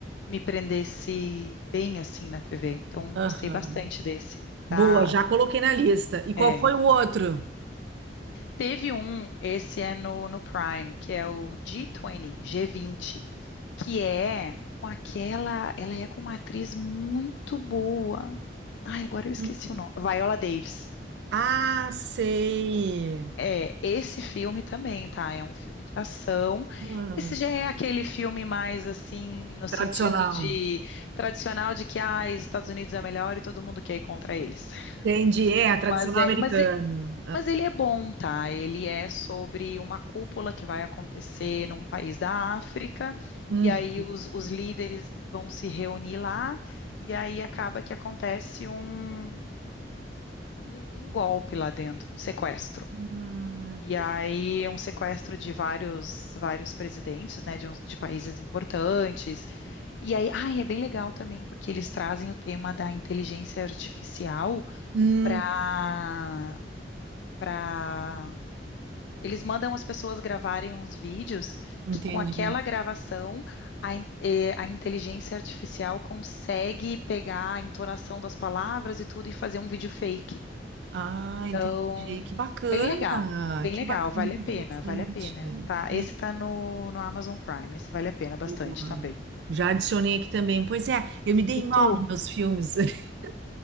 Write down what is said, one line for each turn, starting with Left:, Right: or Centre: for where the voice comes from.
Left: me prendesse bem assim na TV. Então,
Right: Aham.
Left: gostei bastante desse. Tá?
Right: Boa, já coloquei na lista. E qual?
Left: É.
Right: foi o outro?
Left: Teve um, esse é no, no Prime, que é o G20, G20, que é com aquela, ela é com uma atriz muito boa. Ai, agora eu esqueci
Right: Hum.
Left: o nome. Viola Davis.
Right: Ah, sei.
Left: É, esse filme também, tá? É um filme de ação.
Right: Ah,
Left: Esse já é aquele filme mais assim, no sentido
Right: tradicional.
Left: de tradicional de que ah, os Estados Unidos é melhor e todo mundo quer ir contra eles. <laughs>
Right: Entendi. É, tradicional
Left: Mas é,
Right: americano.
Left: mas, e- mas ele é bom, tá? Ele é sobre uma cúpula que vai acontecer num país da África,
Right: Uhum.
Left: e aí os, os líderes vão se reunir lá, e aí acaba que acontece um, um um golpe lá dentro, um sequestro.
Right: Ah,
Left: E aí, um sequestro de vários, vários presidentes, né, de, uns- de países importantes. E aí, ah, é bem legal também, porque eles trazem o tema da inteligência artificial
Right: Hum,
Left: para para eles mandam as pessoas gravarem uns vídeos
Right: entendi.
Left: que com aquela gravação a, in- eh, a inteligência artificial consegue pegar a entonação das palavras e tudo e fazer um vídeo fake.
Right: Ah, entendi.
Left: Então,
Right: Que bacana.
Left: bem legal, bem
Right: Que
Left: legal,
Right: bacana, que
Left: vale a
Right: interessante.
Left: pena, vale a pena, tá?
Right: Que
Left: Esse tá no, no Amazon Prime, esse vale a pena bastante
Right: boa.
Left: também.
Right: Já adicionei aqui também. Pois é, eu me dei
Left: E
Right: mal
Left: tu,
Right: nos meus filmes. <laughs>